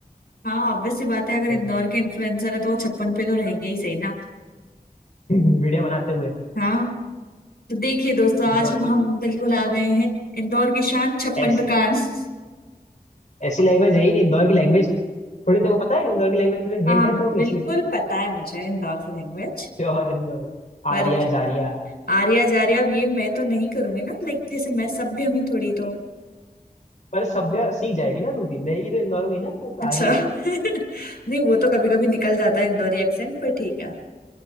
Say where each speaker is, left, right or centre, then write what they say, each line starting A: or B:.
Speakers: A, on the left; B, on the left.
A: हाँ ऑब्वियस सी बात है अगर
B: <laughs>
A: इंदौर के इन्फ्लुएंसर है तो वो छप्पन पे तो रहेंगे ही सही ना
B: वीडियो बनाते हुए
A: हाँ तो देखिए दोस्तों
B: इंदौर
A: आज हम हम बिल्कुल आ गए हैं इंदौर की शान छप्पन
B: की
A: दुकान <laughs>
B: ऐसी लैंग्वेज है ही नहीं इंदौर की लैंग्वेज थोड़ी तेरे को पता है इंदौर की लैंग्वेज में
A: हाँ
B: हिंट है तेरे को
A: बिल्कुल
B: कैसी है
A: पता है मुझे इंदौर की लैंग्वेज
B: प्योर इंदौर में।
A: पर
B: आर्या जारिया
A: आर्या जार्या अब ये मैं तो नहीं करूंगी ना लाइक जैसे मैं सभ्य हूँ थोड़ी तो
B: पर सभ्य सीख जाएगी ना तू भी रहेगी तो इंदौर में ही ना तो
A: अच्छा
B: आ रही
A: <laughs>
B: है तो
A: नहीं वो तो कभी कभी निकल जाता है इंदौरी एक्सेंट पर ठीक है